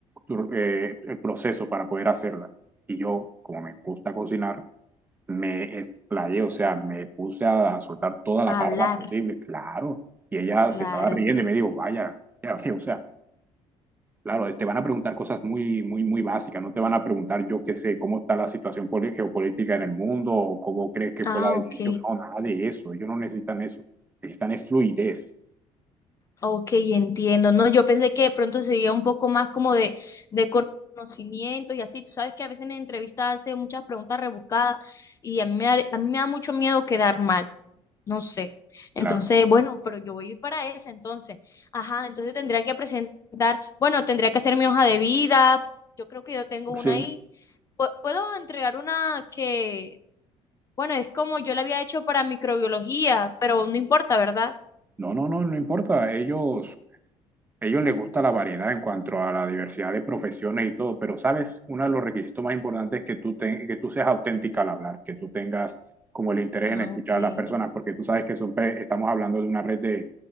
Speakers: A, on the right (about 15°); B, on the left (about 30°).
A: tu- eh, el proceso para poder hacerla. Y yo, como me gusta cocinar, me explayé, o sea, me puse a, a soltar toda la
B: Hablar,
A: parla posible, claro. Y ella
B: claro.
A: se estaba riendo y me dijo, vaya, ya, o sea, claro, te van a preguntar cosas muy, muy, muy básicas, no te van a preguntar, yo qué sé, cómo está la situación poli- geopolítica en el mundo o cómo crees que
B: Ah,
A: fue la decisión,
B: ok.
A: no, nada de eso, ellos no necesitan eso, necesitan es fluidez,
B: Ok, entiendo. No, yo pensé que de pronto sería un poco más como de, de conocimiento y así. Tú sabes que a veces en entrevistas hacen muchas preguntas rebuscadas y a mí me da, a mí me da mucho miedo quedar mal. No sé. Entonces,
A: claro.
B: bueno, pero yo voy para esa entonces. Ajá, entonces tendría que presentar, bueno, tendría que hacer mi hoja de vida. Yo creo que yo tengo una
A: Sí.
B: ahí. Pu- Puedo entregar una que, bueno, es como yo la había hecho para microbiología, pero no importa, ¿verdad?
A: No, no, no, no importa, ellos A ellos les gusta la variedad en cuanto a la diversidad de profesiones y todo, pero sabes, uno de los requisitos más importantes es que tú, te- que tú seas auténtica al hablar, que tú tengas como el interés
B: Ah,
A: en escuchar
B: ok.
A: a las personas, porque tú sabes que son pe- estamos hablando de una red de,